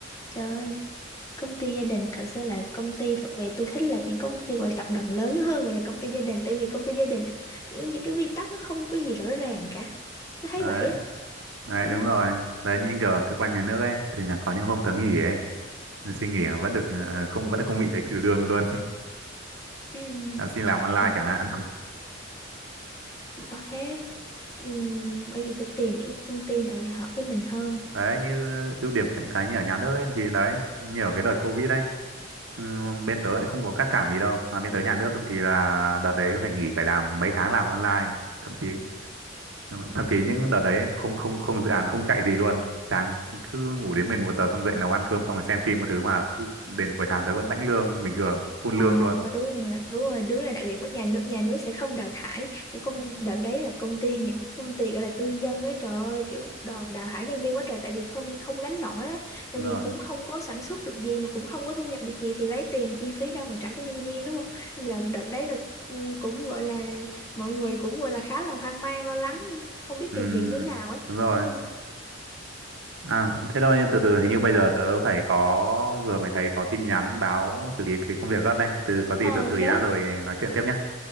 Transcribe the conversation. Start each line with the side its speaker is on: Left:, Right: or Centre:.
Left: trời ơi công ty gia đình thật sự là công ty thật về tôi thích là những công ty gọi là tập đoàn lớn hơn gọi là công ty gia đình tại vì công ty gia đình kiểu những cái quy tắc nó không có gì rõ ràng cả tôi thấy
Right: đấy
Left: vậy á
Right: đấy
Left: ừ.
Right: đúng rồi đấy như kiểu ở cơ quan nhà nước ấy thì là có những hôm tớ nghỉ ấy nhưng xin nghỉ mà vẫn được ờ, không vẫn không bị thấy trừ lương luôn <laughs>
Left: Ừ.
Right: là xin làm online
Left: Trời,
Right: chẳng hạn <laughs>
Left: có thế ừ, bởi vì phải tìm những cái công ty nào để hợp với mình hơn
Right: đấy như ưu điểm của những cái như ở nhà nước ấy thì đấy như ở cái đợt covid ấy Ừ, bên tớ lại không có cắt giảm gì đâu mà bên tớ nhà nước thì là đợt đấy phải nghỉ phải làm mấy tháng làm online thậm chí thậm chí những đợt đấy không không không dự án không chạy gì luôn sáng cứ ngủ đến 11 giờ xong dậy nấu ăn cơm xong rồi xem phim một thứ mà cứ đến cuối tháng tớ vẫn lãnh lương bình thường full
Left: Ờ
Right: lương luôn
Left: đúng rồi đúng rồi đúng là đặc điểm của nhà nước nhà nước sẽ không đào thải những công đợt đấy là công ty những công ty gọi là tư nhân ấy trời ơi kiểu đào đào thải nhân viên quá trời tại vì không không gánh nổi á tại
Right: đúng
Left: vì
Right: rồi
Left: cũng không có sản xuất được gì mà cũng không có thu nhập được gì thì lấy tiền chi phí đâu mà trả cho nhân viên đúng không Nên là đợt đấy là ừ, cũng gọi là mọi người cũng gọi là khá là hoang mang lo lắng không biết
Right: ừ,
Left: tìm việc như nào ấy
Right: đúng rồi
Left: Ừ.
Right: à thế thôi nhưng từ từ hình như bây giờ tớ phải có vừa mới thấy có tin nhắn báo xử lý cái công việc gấp đây từ có gì
Left: Ờ
Right: tớ xử lý
Left: thế
Right: đã
Left: á?
Right: rồi nói chuyện tiếp nhá